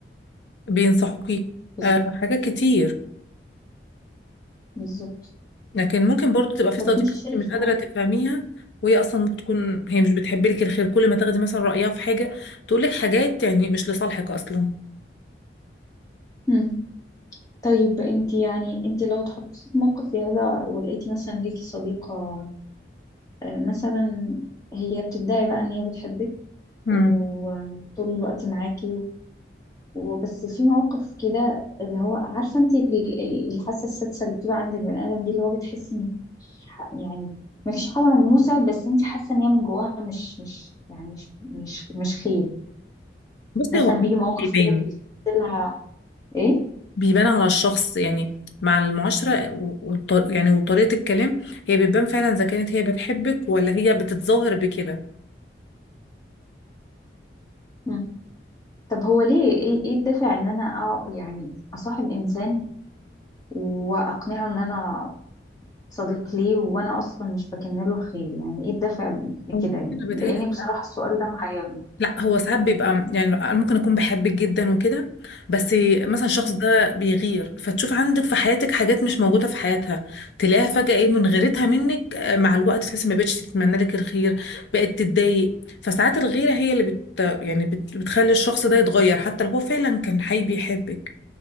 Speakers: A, on the left; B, on the left.
A: بينصحوكي
B: بالظبط
A: أه حاجات كتير
B: بالظبط.
A: لكن ممكن برضو تبقى في
B: طب
A: صديقة
B: أنت شايفة
A: انت مش قادرة تفهميها وهي أصلا ممكن تكون هي مش بتحب لك الخير كل ما تاخدي مثلا رأيها في حاجة تقول لك حاجات يعني مش لصالحك أصلا
B: مم. طيب أنت يعني أنت لو اتحطيتي في موقف زي هذا ولقيتي مثلا ليكي صديقة آه، مثلا هي بتدعي بقى إن هي بتحبك
A: امم
B: وطول الوقت معاكي وبس في مواقف كده اللي هو عارفه انت ال- ال- الحاسه السادسه اللي بتبقى عند البني ادم دي اللي هو بتحسي ان مفيش ح- يعني ما فيش حاجه ملموسه بس انت حاسه ان هي من جواها مش مش يعني مش مش مش خير
A: بصي
B: مثلا
A: هو عموماً
B: بيجي مواقف
A: بيبان
B: كده تحسي لها ايه
A: بيبان على الشخص يعني مع المعاشرة و- والط... يعني وطريقة الكلام هي بتبان فعلا إذا كانت هي بتحبك ولا هي بتتظاهر بكده
B: مم. طب هو ليه ايه ايه الدافع ان انا أع- يعني اصاحب انسان واقنعه ان انا صديق ليه وانا اصلا مش بكن له خير يعني ايه الدافع بكده
A: أو بصي،
B: يعني
A: أنا بتهيألي
B: لان بصراحه السؤال ده محيرني
A: لا هو ساعات بيبقى يعني أنا ممكن اكون بحبك جدا وكده بس مثلا الشخص ده بيغير فتشوف عندك في حياتك حاجات مش موجوده في حياتها تلاقيها فجاه ايه من غيرتها منك آه، مع الوقت تحسي ما بقتش تتمنى لك الخير بقت تتضايق فساعات الغيره هي اللي بت يعني بت... بتخلي الشخص ده يتغير حتى لو هو فعلا كان حي بيحبك